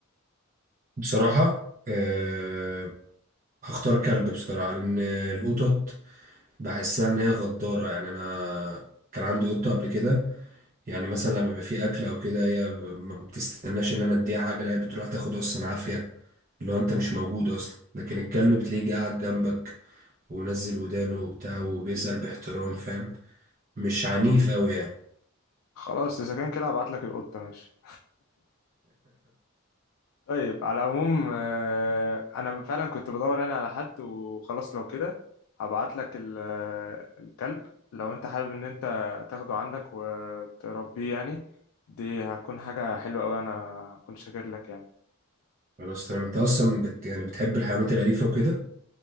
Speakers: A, on the right; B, on the left.
A: بصراحة أه هختار كلب بصراحة لأن القطط بحسها إن هي غدارة يعني أنا كان عندي قطة قبل كده يعني مثلا لما بيبقى في أكل أو كده هي ب- ما بتستناش إن أنا أديها حاجة لا هي بتروح تاخد أصلا عافية اللي هو أنت مش موجود أصلا لكن الكلب بتلاقيه قاعد جنبك ونزل ودانه وبتاع وبيسأل باحترام فاهم مش عنيف أوي يعني
B: خلاص اذا كان كده هبعت لك القطة ماشي طيب على العموم آه، انا فعلا كنت بدور انا على حد وخلاص لو كده هبعت لك ال- آه، الكلب لو انت حابب ان انت تاخده عندك وتربيه يعني دي هتكون حاجة حلوة قوي انا كنت شاكر لك يعني
A: خلاص تمام أنت أصلا بت يعني بتحب الحيوانات الأليفة وكده